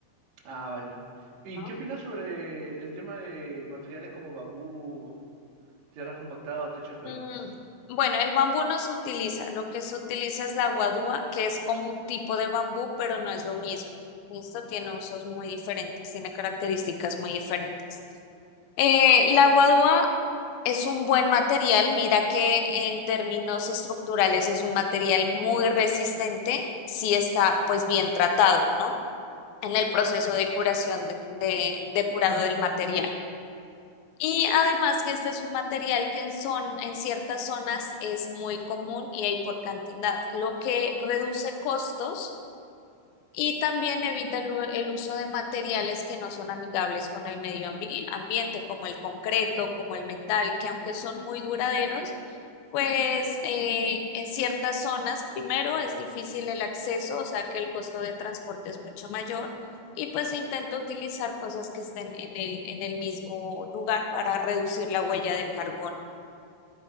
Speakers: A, on the right; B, on the left.
A: Ah, vale. ¿Y
B: ¿no?
A: qué opinas sobre el tema de materiales como bambú, tierra compactada o techos verdes?
B: Mm, Bueno, el bambú no se utiliza, lo que se utiliza es la guadúa, que es como un tipo de bambú, pero no es lo mismo. Esto tiene usos muy diferentes, tiene características muy diferentes. Eh, la guadúa es un buen material, mira que en términos estructurales es un material muy resistente si está pues bien tratado, ¿no? En el proceso de curación, de, de de curado del material. Y además que este es un material que en, zon- en ciertas zonas es muy común y hay por cantidad, lo que reduce costos y también evita el, u- el uso de materiales que no son amigables con el medio ambi- ambiente, como el concreto, como el metal, que aunque son muy duraderos, pues eh, en ciertas zonas, primero, es difícil el acceso, o sea que el costo de transporte es mucho mayor. Y pues intenta utilizar cosas que estén en el, en el mismo lugar para reducir la huella del carbón.